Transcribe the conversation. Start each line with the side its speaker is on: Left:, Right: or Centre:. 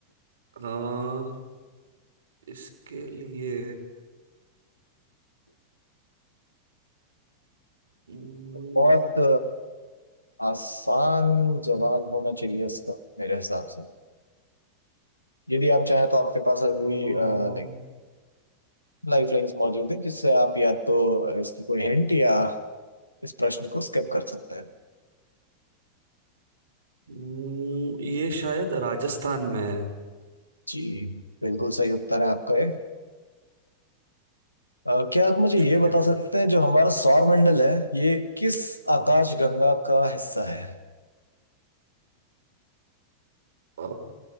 Right: आप? अ, इसके लिए हम्म,
Left: बहुत अ, आसान जवाब होना चाहिए इसका मेरे हिसाब से यदि आप चाहें तो आपके पास
Right: अम्म,
Left: अभी लाइक लाइफ लाइंस मौजूद है जिससे आप या तो इसकी कोई हिंट या इस प्रश्न को स्किप कर सकते हैं
Right: हम्म, ये शायद राजस्थान में है
Left: जी बिल्कुल सही उत्तर है आपका ये अ, क्या आप मुझे ये
Right: शुक्रिया
Left: बता सकते हैं जो हमारा सौरमंडल है ये किस
Right: हम्म।
Left: आकाशगंगा का हिस्सा है
Right: अ,